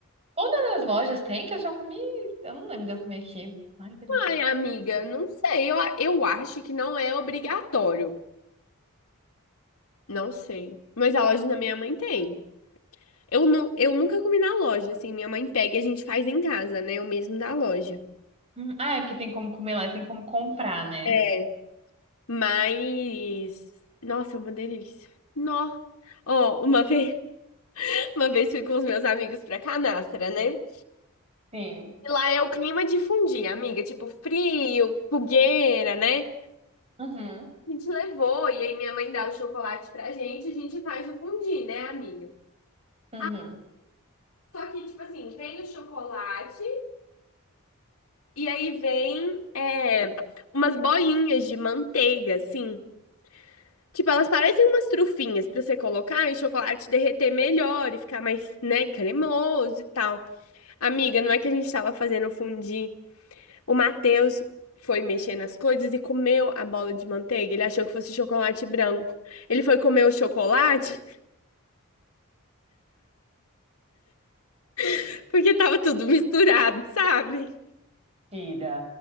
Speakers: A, on the right; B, on the left.
A: Todas as lojas tem que eu já comi. Eu não lembro de eu comer aqui. Ai, que delícia.
B: Ai, amiga, não sei. Eu, a- eu acho que não é obrigatório. Não sei. Mas a loja da minha mãe tem. Eu, nu, eu nunca comi na loja, assim. Minha mãe pega e a gente faz em casa, né? O mesmo da loja.
A: Hum, Ah, é porque tem como comer lá e tem como comprar, né?
B: É. Mas. Nossa, é uma delícia. Nó. Ó, uma vez, <laughs> uma vez fui com os meus amigos pra Canastra, né?
A: Sim.
B: E lá é o clima de fundir, amiga, tipo frio, fogueira, né?
A: Uhum.
B: A gente levou, e aí minha mãe dá o chocolate pra gente, a gente faz o fundir, né, amiga?
A: Uhum.
B: Ah, só que, tipo assim, vem o chocolate e aí vem é, umas bolinhas de manteiga, assim. Tipo, elas parecem umas trufinhas pra você colocar e o chocolate derreter melhor e ficar mais, né, cremoso e tal. Amiga, não é que a gente tava fazendo fundir. O Matheus foi mexer nas coisas e comeu a bola de manteiga. Ele achou que fosse chocolate branco. Ele foi comer o chocolate <laughs> porque tava tudo misturado, sabe?
A: Tira.